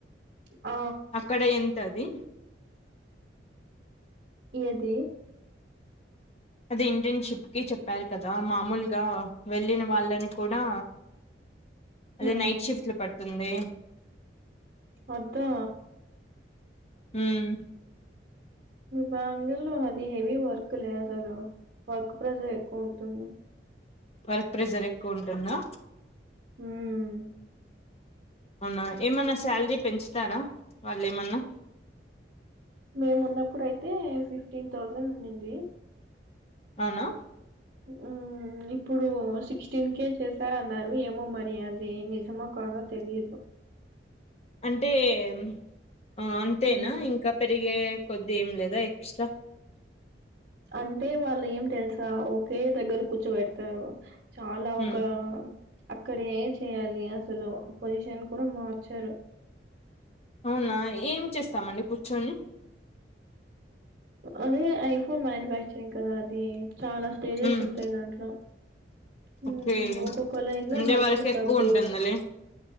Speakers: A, on the right; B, on the left.
A: ఆ
B: అక్కడ ఎంత అది?
A: ఏది?
B: అది ఇంటర్న్షిప్ కి చెప్పారు కదా మామూలుగా వెళ్ళిన వాళ్ళని కూడా అదే
A: హ్మ్.
B: నైట్ షిఫ్ట్ లో పడుతుంది
A: అద్దా
B: ఉమ్
A: బాంగ్ళూర్ లో అది హెవీ వర్క్ లే అసలు వర్క్ ప్రైజర్ ఎక్కువ ఉంటుంది
B: వర్క్ ప్రెజర్ ఎక్కువ ఉంటుందా?
A: ఊమ్
B: అవునా ఏమన్నా శాల్రీ పెంచుతారా వాళ్ళు ఏమన్నా?
A: మేమున్నప్పుడు అయితే ఫిఫ్టీన్ థౌజండ్ ఉనింది
B: అవునా?
A: ఉమ్ ఉమ్ ఇప్పుడు సిక్స్టీన్ కే చేశారన్నారు ఏమో మరి అది నిజమో కాదో తెలీదు
B: అంటే మ్ అంతేనా
A: హ్మ్.
B: ఇంకా పెరిగే కొద్ది ఏం లేదా ఎక్స్ట్రా
A: అంటే వాళ్ళు ఏం తెల్సా ఒకే దగ్గర కూర్చోపెడతారు చాలా
B: ఉమ్
A: ఒక అక్కడ ఏ చెయ్యాలి అసలు పొజిషన్ కూడా మార్చరు
B: అవునా ఏం చేస్తామండి కూర్చొని
A: అదే ఐఫోన్ మ్యానుఫ్యాక్చరింగ్ కదా అది చాలా స్టేజెస్
B: ఉమ్
A: ఉంటాయ్ దాంట్లో ఉమ్
B: ఓకే
A: ఒక్కొక్క లైన్ లో
B: ఉండే
A: మళ్ళీ
B: వరకు
A: సబ్
B: ఎక్కువ ఉంటుందిలే